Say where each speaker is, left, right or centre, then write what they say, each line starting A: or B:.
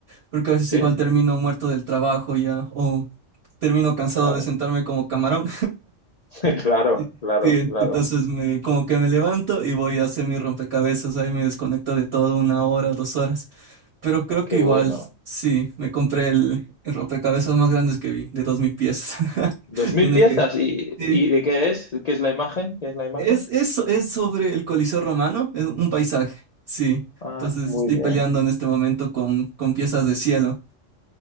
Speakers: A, on the right; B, on the left.
A: porque a veces
B: ¿Sí?
A: igual termino muerto del trabajo ya, o termino cansado
B: Claro,
A: de sentarme como camarón.
B: <laughs> claro,
A: <laughs>
B: claro,
A: Sí, en-
B: claro.
A: entonces me, como que me levanto y voy a hacer mi rompecabezas, ahí me desconecto de todo una hora, dos horas, pero creo
B: Ah, qué
A: que igual,
B: bueno.
A: sí, me compré el, el rompecabezas más grande que vi, de dos mil piezas. <laughs>
B: Dos mil
A: Tiene
B: piezas.
A: que,
B: ¿Y,
A: sí,
B: y de qué es? ¿Qué es la imagen? ¿Qué es la imagen?
A: es, eso es sobre el Coliseo Romano, es un paisaje, sí,
B: Ah,
A: entonces
B: muy
A: estoy
B: bien.
A: peleando en este momento con, con piezas de cielo.